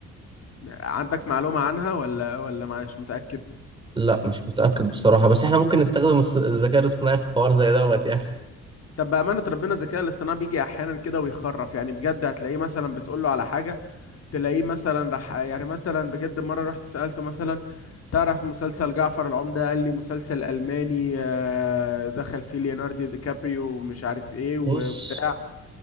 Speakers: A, on the left; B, on the right.
A: عندك معلومة عنها ولا ولا مش متأكد
B: لا مش متأكد بصراحة بس احنا ممكن نستخدم الص- الذكاء الاصطناعي في حوار زي دوت يعني
A: طب بأمانة ربنا الذكاء الاصطناعي بيجي أحيانا كده ويخرف يعني بجد هتلاقيه مثلا بتقول له على حاجة تلاقيه مثلا راح يعني مثلا بجد مرة رحت سألته مثلا تعرف مسلسل جعفر العمدة قال لي مسلسل ألماني آه، دخل فيه ليوناردو دي كابريو ومش عارف إيه وبتاع
B: بص